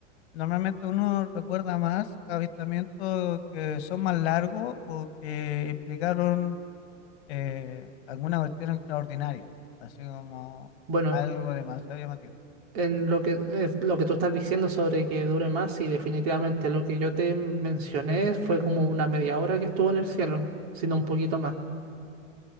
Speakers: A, on the left (about 55°); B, on the right (about 50°).
A: Normalmente uno recuerda más avistamientos que son más largos o que implicaron eh, alguna cuestión extraordinaria, así como
B: Bueno,
A: algo demasiado llamativo.
B: en lo que, es lo que tú estás diciendo sobre que dure más, sí, definitivamente lo que yo te mencioné fue como una media hora que estuvo en el cielo, sino un poquito más.